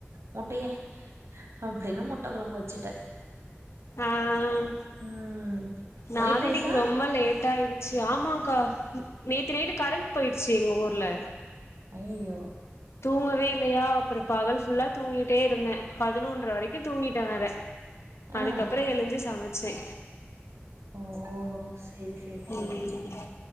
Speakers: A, on the right; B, on the left.
A: முட்டய அப்டின்னு முட்ட கொழம்பு வெச்சுட்ட
B: ஆ ஆ
A: ம்
B: நானு
A: ஒயிட் ரைஸா
B: இன்னைக்கு ரொம்ப லேட் ஆயிடு சி ஆமாங்க்கா நேத்தி நைட்டு கரண்ட் போயிடுச்சு எங்க ஊர்ல
A: அய்யய்யோ
B: தூங்கவே இல்லையா அப்றோ பகல் ஃபுல்லா தூங்கிட்டே இருந்தேன் பதினொன்ற வரைக்கு தூங்கிட்டன் வேற
A: ஆ
B: அதுக்கப்றோ எழுந்து சமைச்சேன்
A: ஓ செரி செரி செரி
B: ம்